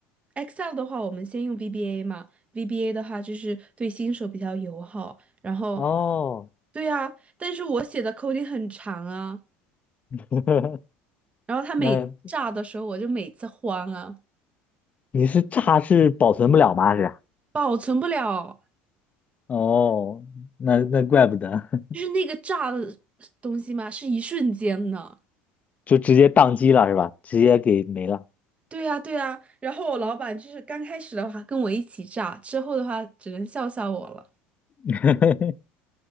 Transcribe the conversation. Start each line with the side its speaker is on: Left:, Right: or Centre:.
Right: Excel 的话，我们先用 VBA 嘛，VBA 的话就是对新手比较友好。然后，
Left: 哦，
Right: 对啊，但是我写的 coding 很长啊，
Left: <laughs>
Right: 然后他每次炸的时候，
Left: 那
Right: 我就每次慌啊，
Left: 你是炸是保存不了吗？是？
Right: 保存不了，
Left: 哦，那那怪不得，<laughs>
Right: 就是那个炸的东西嘛，是一瞬间的。
Left: 就直接宕机了是吧？直接给没了。
Right: 对呀，对呀。然后我老板就是刚开始的话跟我一起炸，之后的话只能笑笑我了。
Left: <laughs>